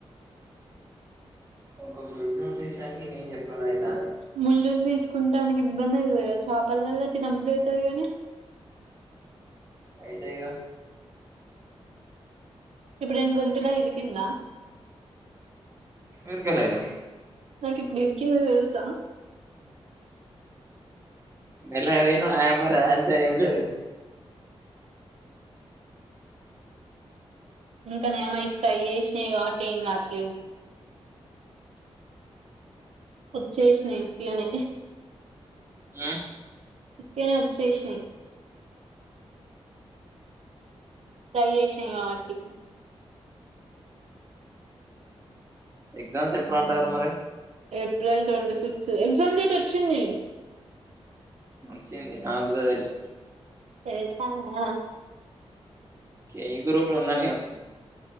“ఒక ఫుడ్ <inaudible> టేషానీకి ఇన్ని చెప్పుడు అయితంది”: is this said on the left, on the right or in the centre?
Right